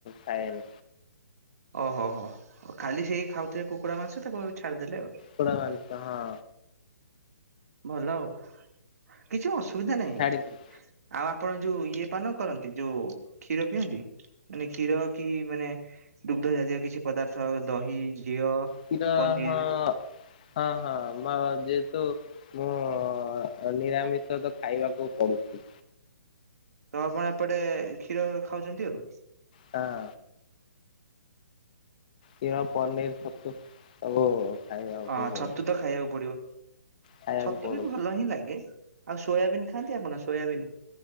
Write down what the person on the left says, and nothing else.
ଖାଏନି
କପଡ଼ା ବାନ୍ଧିଛ, ହଁ।
ଛାଡିଦେଲି
କ୍ଷୀର,
ହଁ। ହଁ, ହଁ ଯେହେ ତୁ ମୁଁ, ନିରାମିଷ ତ ଖାଇବାକୁ ପଡୁଛି।
ହଁ। ଖୀର, ପନିର, ଛତୁ ସବୁ। ଖାଇବାକୁ
ପଡୁଛି
ଖାଇବାକୁ
ପଡୁଛି।